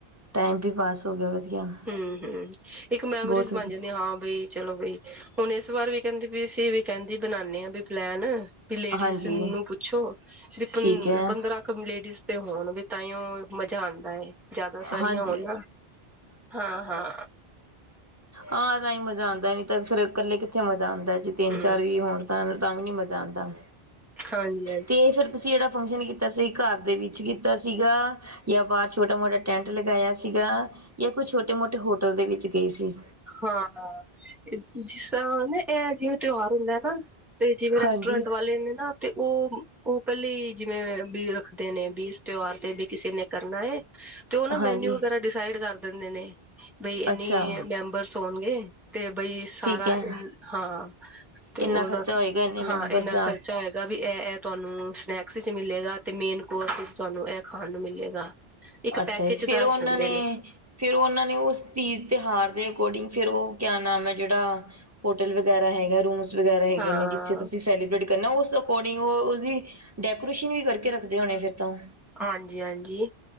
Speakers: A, on the right (about 15°); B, in the centre.
A: ਟਾਈਮ ਵੀ ਪਾਸ ਹੋ ਗਿਆ ਵਧੀਆ।
B: ਹਮ ਹਮ ਇੱਕ ਮੈਮੋਰੀਜ਼
A: ਬਹੁਤ
B: ਬਣ
A: ਵਧੀਆ
B: ਜਾਂਦੀ ਹਾਂ ਬਈ। ਚਲੋ ਬਈ ਹੁਣ ਇਸ ਵਾਰ ਵੀ ਕਹਿੰਦੀ ਵੀ ਅਸੀਂ ਵੀ ਕਹਿੰਦੀ ਬਨਾਦੇ ਹਾਂ ਵੀ ਪਲੈਨ। ਵੀ ਲੇਡੀਜ਼
A: ਹਾਂਜੀ
B: ਨੂੰ ਪੁੱਛੋ ਵੀ ਪੰ
A: ਠੀਕ ਹੈ
B: ਪੰਦਰਾਂ ਲੇਡੀਜ਼ ਤੇ ਹੋਣ ਵੀ ਤਾਂਓ ਮਜ਼ਾ ਆਉਂਦਾ ਹੈ। ਜ਼ਿਆਦਾ ਸਾਰੀਆਂ
A: ਹਾਂਜੀ
B: ਹੋ ਨਾ ਹਾਂ ਹਾਂ।
A: ਆਹ ਤਾਂ ਮਜ਼ਾ ਆਉਂਦਾ ਨੀ ਤਾਂ ਫੇਿਰ ਇਕੱਲੇ ਕਿੱਥੇ ਮਜ਼ਾ ਆਉਂਦਾ ਜੀ ਤਿੰਨ
B: ਹੂੰ
A: ਚਾਰ ਵੀ ਹੋਣ। ਤਾਂ ਵੀ ਨੀ ਮਜ਼ਾ ਆਉਂਦਾ।
B: ਹਾਂਜੀ ਹਾਂਜੀ।
A: ਤੇ ਫਿਰ ਤੁਸੀਂ ਜਿਹੜਾ ਫੰਕਸ਼ਨ ਕੀਤਾ ਸੀ ਘਰ ਦੇ ਵਿੱਚ ਕੀਤਾ ਸੀਗਾ ਜਾਂ ਬਾਹਰ ਛੋਟਾ ਮੋਟਾ ਟੈਂਟ ਲਗਾਇਆ ਸੀਗਾ ਜਾਂ ਕੋਈ ਛੋਟੇ ਮੋਟੇ ਹੋਟਲ ਦੇ ਵਿੱਚ ਗਏ ਸੀ।
B: ਹਾਂ ਐ ਜਿਸ ਤਰਾਂ ਨਾ ਐ ਜਿਵੇਂ ਤਿਉਹਾਰ ਹੁੰਦਾ ਨਾ ਤੇ ਜਿਵੇਂ ਰੈਸਟੋਰੈਂਟ
A: ਹਾਂਜੀ
B: ਵਾਲੇ ਨੇ ਨਾ ਤੇ ਓ, ਓ ਪੈਲੇ ਈ ਜਿਵੇਂ ਬੀ ਰੱਖਦੇ ਨੇ ਬੀ ਇਸ ਤਿਉਹਾਰ ਤੇ ਵੀ ਕਿਸੇ ਨੇ ਕਰਨਾ ਏ ਤੇ ਓ ਨਾ
A: ਹਾਂਜੀ
B: ਮੈਨਿਊ ਵਗੈਰਾ ਡਿਸਾਈਡ ਕਰ ਦੇਂਦੇ ਨੇ। ਬਈ ਇੰਨੀ
A: ਅੱਛਾ
B: ਮੈਂਬਰਸ ਹੋਨਗੇ। ਤੇ ਬਈ ਸਾਰਾ
A: ਠੀਕ ਹੈ
B: ਇ ਹਾਂ ਤੇ
A: ਇੰਨਾ
B: ਓਦਾ
A: ਖਰਚਾ ਹੋਏਗਾ ਇੰਨੇ ਮੈਂਬਰਸ
B: ਹਾਂ ਇੰਨਾ ਖਰਚਾ ਆ ਗਾ ਵੀ ਐ ਐ ਤੁਹਾਨੂੰ ਸਨੈਕਸ ਵਿੱਚ ਮਿਲੇਗਾ ਤੇ ਮੇਨ ਕੋਰਸ ਵਿੱਚ ਤੁਹਾਨੂੰ ਐ ਖਾਨ ਨੂੰ ਮਿਲੇਗਾ। ਇੱਕ
A: ਅੱਛਾ
B: ਪੈਕੇਜ
A: ਜੀ ਫੇਰ
B: ਦੱਸ
A: ਓਨਾਂ
B: ਦਿੰਦੇ
A: ਨੇ ਫੇਰ ਓਨਾਂ ਨੇ ਉਸ ਤੀਜ਼ ਤਿਉਹਾਰ ਦੇ ਅਕੋਰਡਿੰਗ ਫੇਰ ਓ ਕਿਆ ਨਾਮ ਐ ਜੇੜਾ ਹੋਟਲ ਵਗੈਰਾ ਹੈਗਾ, ਰੂਮਸ ਵਗੈਰਾ ਹੈਗੇ
B: ਹਾਂ,
A: ਨੇ ਜਿੱਥੇ ਤੁਸੀਂ ਸੈਲੀਬ੍ਰੇਟ ਕਰਨਾ ਉਸ ਅਕੋਰਡਿੰਗ ਓ ਉਦੀ ਡੈਕੋਰੇਸ਼ਨ ਵੀ ਕਰਕੇ ਰੱਖਦੇ ਹੋਬੇ ਫਿਰ ਤਾਂ ਓ।
B: ਹਾਂਜੀ ਹਾਂਜੀ,